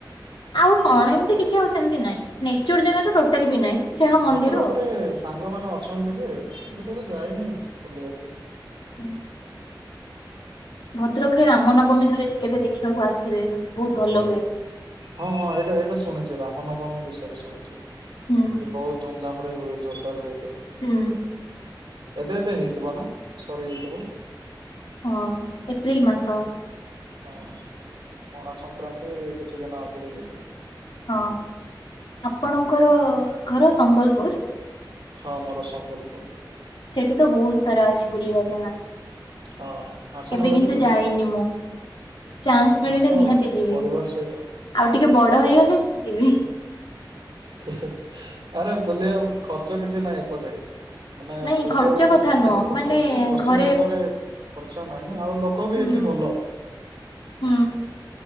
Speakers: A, on the right; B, on the left.
A: ହଁ
B: ଆଉ କଣ ଏମିତି କି ଆଉ ସେମତି ନାହିଁ ନେଚର ଜାଗା ତ ଟୋଟାଲ ବି ନାହିଁ ଯାହା
A: ଭଦ୍ରକ
B: ମନ୍ଦିର ଆଉ
A: ରେ ସାଙ୍ଗମାନେ ଅଛନ୍ତି ଯେ ସେତ କେବେ ଯାଇନଁ ବୁଲିବାକୁ।
B: ହୁଁ। ଭଦ୍ରକରେ ରାମ ନବମୀ ଧରେ କେବେ ଦେଖିବାକୁ ଆସିବେ ବହୁତ ଭଲ ହୁଏ।
A: ହଁ ହଁ ଏଇଟା ଏଇଟା ଶୁଣିଛି। ରାମନବମୀ ବିଷୟରେ ଶୁଣିଛି।
B: ହୁଁ
A: ବହୁତ ଧୁମଧାମରେ ହୁଏ ଜୋରଦାର ହୁଏ ପାଇଁ
B: ହୁଁ।
A: ଏବେ ଏବେ ହେଇଥିବ ନା? ସରିଯାଇଥିବ?
B: ହଁ, ଏପ୍ରିଲ ମାସ।
A: ହଁ ପଣା ସଂକ୍ରାନ୍ତି କିଛି ଦିନ ଆଗରୁ ଯଦି।
B: ହଁ, ଆପଣଙ୍କର ଘର ସମ୍ବଲପୁର?
A: ହଁ ମୋର ସମ୍ବଲପୁର।
B: ସେଠି ତ ବହୁତ ସାରା ଅଛି ବୁଡିବା ଯାଗା।
A: ହଁ ଆସୁନ
B: କେବେ କିନ୍ତୁ
A: ବୁଲିବାକୁ
B: ଯାଇନି ମୁଁ। ଚାନ୍ସ ମିଳିଲେ
A: ଆସ
B: ନିହାତି ଯିବି।
A: ପରିବାର ସହିତ।
B: ଆଉ ଟିକେ ବଡ ହେଇଗଲେ ଯିବି।
A: ହୁଁ ହୁଁ, ଆରେ ବୁଲିବା ଖର୍ଚ୍ଚ କିଛି ନାହିଁ ଏପଟେ। ମାନେ
B: ନାଇଁ
A: ପୂର୍ବ
B: ଖର୍ଚ୍ଚ
A: ଓଡିଶା
B: କଥା
A: ପଟେ
B: ନୁହଁ
A: ଟିକେ ଖର୍ଚ୍ଚ
B: ମାନେ
A: ଅଛି। ପଶ୍ଚିମ
B: ଘରେ
A: ଓଡିଶାରେ ଖର୍ଚ୍ଚ ନାହିଁ ଆଉ ଲୋକ
B: ହୁଁ
A: ବି ଏଠି ଭଲ।
B: ହୁଁ।